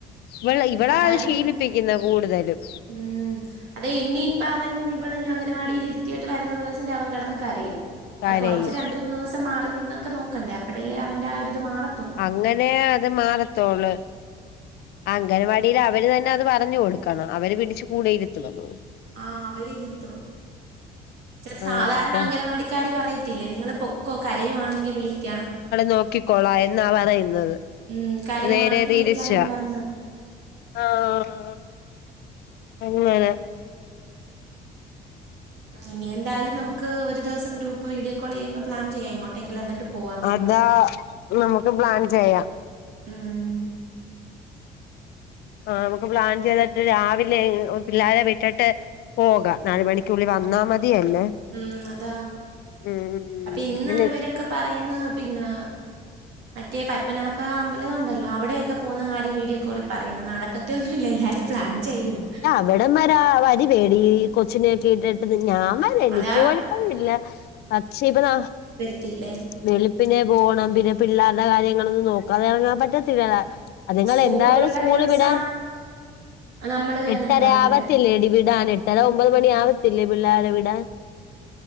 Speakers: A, on the left; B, on the right.
A: ഇവൾ ഇവളത്
B: അതാടി
A: ത് ശീലിപ്പിക്കുന്ന കൂടുതലും
B: ഉം അതെ ഇനിയിപ്പ അവൻ ഇവള അംഗനവാടിയിൽ ഇരുത്തിോട്ട് വരുന്ന ദിവസന്റെ അവൻ കിടന്ന് കരയും
A: കരയും
B: അഹ് കുറച്ച് രണ്ട് മൂന്ന് സം മാറി നിന്നൊക്കെ നോക്കണ്ടേ അപ്പഴല്ലേ അവൻന്റെ ആ ഒരു ഇത് മാറ
A: അങ്ങനെ അത് മാറത്തോളു അംഗൻവാടിയിൽ അവര് തന്നെ അത് പറഞ്ഞു കൊടുക്കണം അവര് പിടിച്ച് കൂടെ രു ത്തുടുമല്ലേ
B: ആഹ് അവരിരുത്തും
A: <inaudible>
B: ച സാധാരണ
A: അതെ
B: അംഗനവാടിക്കാര് പറയത്തില്ലേ നിങ്ങള് പൊക്കോ കരയുവാണെങ്കി വിളിക്കാം
A: നോക്കിക്കോളാ എന്നാ പറയുന്നത്
B: ഉം കരയുവാണെങ്കിൽ
A: ഇത് നേരെ തിരിച്ചാ
B: വിളിക്കാന്നും പറഞ്ഞ്
A: ആഹ് <unintelligible>
B: ഇനി എന്തായാലും നമുക്ക് ഒരു ദിവം ഗ്രൂപ്പ് വീഡിയോ കോൾ ചെയ്യുമ്പോ പ്ലൻ ചെയാംങ്ങോട്ടെങ്കില് എന്നിട്ട് പോവാം നമുക്ക്
A: അതാ നമുക്ക് പ്ലാൻ ചെയ്യ
B: ഉം
A: ആഹ് നമുക്ക് പ്ലാൻ ചെയ്തിട്ട് രാവിലെ പിള്ളാരെ വിട്ടിട്ട് പോക നാല് മണിക്കുള്ളിൽ വന്നാ മതിയല്ലേ
B: ഉം അതാ
A: ഉം ഉം ഉം
B: അപ്പൊ ഇന്ന്
A: അങ്ങനെ
B: ഇവരൊക്കെ പറയുന്ന് പിന്നെ മറ്റേ പത്മനാഭ അമ്പലം ഉണ്ടല്ലോ അവിടെയൊക്കെ പോകുന്ന കാര്യം വീഡിയോകോളിൽ പറയുന്ന് നടക്കത്തെൊന്നുല്ല എല്ലാരും പ്ലാൻ ചെയ്യും
A: ഇവിടന്നാരാ വരി വേടി കൊച്ചിനെക്കെ ഇട്ടിട്ട് ഞാൻ വ രാ എനിക്ക്
B: അതാ
A: കുഴപ്പമില്ല പക്ഷെ ഇപ്പൊ ന
B: ത്തില്ലെ
A: വെളുപ്പിനെ പോകണം പിന്നെ പിള്ളേരുടെ കാര്യങ്ങളൊന്നും നോക്കാതെ ഇറങ്ങാൻ പറ്റത്തില്ലടാ അത്ങ്ങളെ
B: സ്കൂളുള്ള
A: എന്തായാലും സ്കൂള്
B: ദിവസമാണ്
A: വിടാൻ
B: നമ്മള് വേണം
A: എട്ടര
B: രാവിലെ
A: ആവത്തില്ലേ എടി വിടാൻ എട്ടര
B: ഉം
A: ഒമ്പത് മണി ആവ ത്തില്ലേ പിള്ളേരെ വിടാൻ